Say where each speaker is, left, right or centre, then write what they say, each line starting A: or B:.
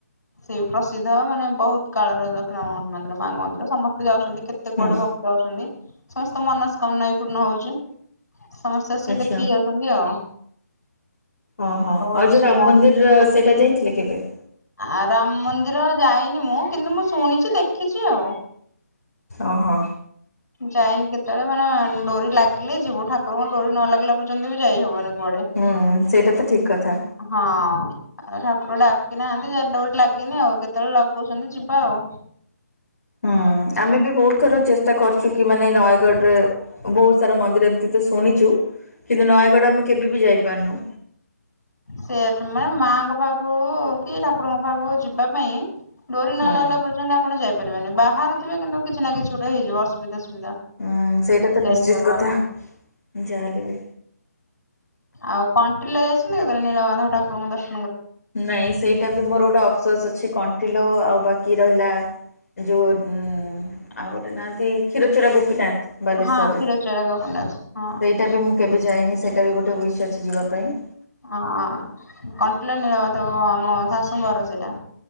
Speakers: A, on the left; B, on the left.
A: ସେଇ ପ୍ରସିଦ୍ଧ ମାନେ ବୋହୁତ କାଳର ଦକ୍ଷିଣ ମାଆ ମନ୍ଦିର ମାଙ୍ଗ ମନ୍ଦିର ସମସ୍ତେ ଯାଉଚନ୍ତି। କେତେ କୁଆଡେ
B: ହୁଁ
A: ଭକ୍ତ ଅଛନ୍ତି ସମସ୍ତଙ୍କ ମନସ୍କାମନା ବି ପୂର୍ଣ୍ଣ ହୋଉଚି। ସମସ୍ତେ ଆସିକି
B: ଆଚ୍ଛା
A: ଦେଖିକି ଯାଉଚନ୍ତି ଆଉ।
B: ଓ ହୋ
A: ଅଛି
B: ଆଉ ଯୋଉ ରାମ
A: ଆମ
B: ମନ୍ଦିରର ସେଇଟା ଯାଇଥିଲେ କେବେ?
A: ଆ ରାମ ମନ୍ଦିର ଯାଇନି ମୁଁ କିନ୍ତୁ ମୁଁ ଶୁଣିଚି ଦେ ଖିଚି ଆଉ।
B: ଓହୋ
A: ଯାଇନି କେତେବେଳେ ମାନେ ଡୋରି ଲାଗିଲେ ଯିବୁ ଠାକୁରଙ୍କ ଡୋରି ନ ଲାଗିଲା ପର୍ଯ୍ୟନ୍ତ ବି ଯାଇ ହବନି କୁଆଡେ
B: ହୁଁ ସେଇଟା ତ ଠିକ କଥା
A: ଆଉ ଠାକୁର ଡାକି ନାହାନ୍ତି ଯା ଡୋରି ଲାଗେନି ଆଉ କେତେବେଳେ ଲଗୋଉଚନ୍ତି ଯିବା ଆଉ।
B: ହୁଁ ଆମେ ବି ବୋହୁତ ଥର ଚେଷ୍ଟା କରିୁଚୁ କି ମାନେ ନୟାଗଡରେ ବୋହୁତ ସାରା ମନ୍ଦିର ଏମତି ଥି ଶୁଣିଚୁ କିନ୍ତୁ ନୟାଗଡ ଆମେ କେବେ ବି ଯାଇପାରନୁ।
A: ସେୟାଟା ମାନେ ମାଙ୍କ ପାଖକୁ କି ଠାକୁରଙ୍କ ପାଖକୁ ଯିବା ପାଇଁ ଡୋରି ନ
B: ହଁ।
A: ଲାଗିଲା ପର୍ଯ୍ୟନ୍ତ ଆପଣ ଯାଇପାରିବେନି ବାହାରୁଥିବେ କିନ୍ତୁ କିଛି ନା କିଛି ଗୋଟେ ହେଇଯିବ ଅସୁବି ଅସୁବିଧା
B: ହୁଁ ସେଇଟା ତ
A: ଯାଇହବନି
B: ନିଶ୍ଚିତ କଥା
A: ହଁ।
B: ଯାହାହେଲେ ବି
A: ଆଉ କଣ୍ଟିଲ ଯାଇଛନ୍ତି କେତେବେଳେ ନୀଳମାଧବ ଠାକୁରଙ୍କୁ ଦର୍
B: ନାଇଁ ସେଇଟା ବି ମୋର ଗୋଟେ ଅଫସୋସ୍ ଅଛି କଣ୍ଟିଲୋ ଆଉ ବାକି ରହିଲା ଯୋଉ ଉଁ ଆଉ ଗୋଟେ ନାଆନ୍ତି କ୍ଷୀରଚୋରା ଗୋପୀନାଥ ବାଲେଶ୍ଵରରେ
A: ହଁ କ୍ଷୀରଚୋରା ଗୋପୀନାଥ ହଁ।
B: ସେଇଟା ବି ମୁଁ କେବେ ଯାଇନି ସ୍ ସେଇଟା ବି ଗୋଟେ ୱିଶ୍ ଅଛି ଯିବାପାଇଁ।
A: ଆ କଣ୍ଟିଲ ନୀଳମାଧବ ଆମ ଶାଶୁଙ୍କ ଘର ସେଇଟା।